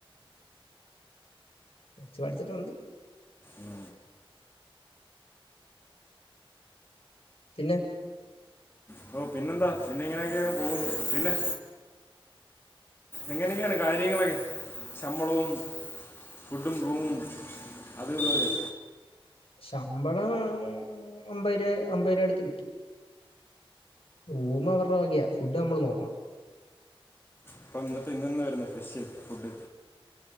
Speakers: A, on the left; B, on the left.
A: കൊർച്ച് പഠിച്ച്ട്ടൊണ്ട്
B: ഉം
A: പിന്നെ
B: ബ്രോ പിന്നെന്താ പിന്നെ ഇങ്ങനെയൊക്കെയങ്ങ് പോകുന്നു പിന്നെ എങ്ങനെയൊക്കെയാണ് കാര്യങ്ങളൊക്കെ ശമ്പളവും ഫുഡും റൂമും അതുവിതുവൊക്കെ
A: ശമ്പളം അമ്പത് രൂപ അമ്പത് രൂപട്ത്ത് കിട്ടും റൂം അവർറെ വകയാ ഫുഡ്ഡ് നമ്മൾ നോക്കണം
B: അപ്പം ഇന്നത്തെ ഇന്നെന്നാ വര്ന്നെ ഫെഷ്യൽ ഫുഡ്